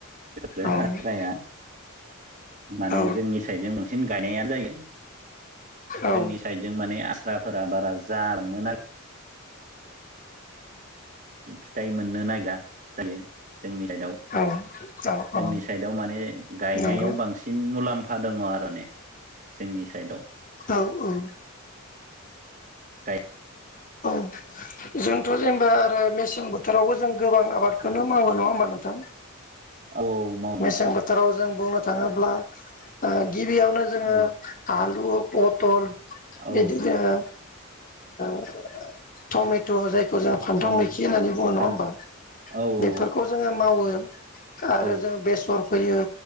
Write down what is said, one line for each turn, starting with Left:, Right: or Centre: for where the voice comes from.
Right: बेफोर
Left: औ
Right: आस्राया माने
Left: औ
Right: जोंनि साइडजों बांसिन गायनायानो जायो
Left: औ
Right: जोंनि साइडजों माने आस्राफोरा बारा जालांनो ना फिथाइ मोननो नायगिरा जायो। जोंनि साइदआव
Left: औ औ
Right: जोंनि
Left: औ
Right: साइडआव माने गायनायाव
Left: नंगौ
Right: बांसिन मुलाम फा दङ आरो ने जोंनि साइडआव
Left: औ औ
Right: गाय
Left: औ जोंथ' जेनेबा आरो मेसें बोथोरावबो जों गोबां आबादखौनो मावो नङा होमबा नोंथां?
Right: औ औ मावो
Left: मेसें
Right: नोंथां
Left: बोथोराव जों बुंनो थाङोब्ला गिबियावनो जोङो
Right: औ
Left: आ लु पथल
Right: औ
Left: बिदिनो जोङो ओ टमेट' जायखौ जोङो फान्थाव
Right: दं
Left: मैखि होननानै बुङो
Right: फान
Left: नङा होमबा?
Right: औ औ
Left: बेफोरखौ जोङो मावो आरो
Right: औ
Left: जों बेसर फैयो